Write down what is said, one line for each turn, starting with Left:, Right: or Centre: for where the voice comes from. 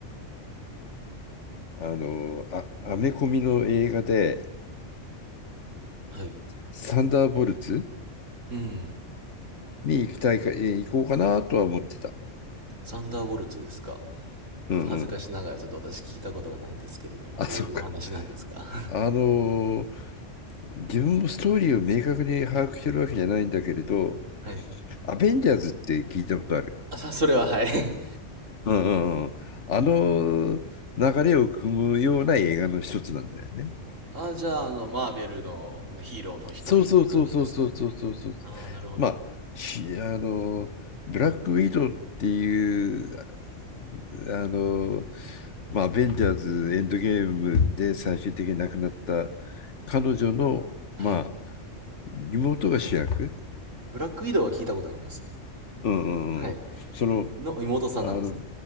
Left: あのーあ、アメコミの映画で、
Right: はい。
Left: サンダーボルツ
Right: うん。
Left: に行きたいか、えー行こうかなとは思ってた。
Right: サンダーボルツですか。
Left: うんうん。
Right: ちょっと恥ずかしながらちょっと私聞いたことがないんですけれども、
Left: あ、
Right: どういうお話なんですか
Left: そっか。あの
Right: <laughs>
Left: ー自分もストーリーを明確に把握してるわけじゃないんだけれど、
Right: はい。
Left: アベンジャーズって聞いたことある。
Right: あ、さ、それははい。<laughs>
Left: うんうんうん。あの流れを組むような映画の一つなんだよね。
Right: あ、じゃあ、あの、マーベルの、まあ、ヒーローの一人って感じですかね。
Left: そうそうそうそうそうそうそうそう。
Right: ああ、なるほど。
Left: まあ、しあの、ブラックウィドウっていう、あの、まあ、アベンジャーズエンドゲームで最終的に亡くなった彼女の、
Right: はい。
Left: まあ、妹が主役。
Right: ブラックウィドウは聞いたことありますね。
Left: うんうんうん。
Right: はい。
Left: その、
Right: の妹さんなんですね。
Left: あの、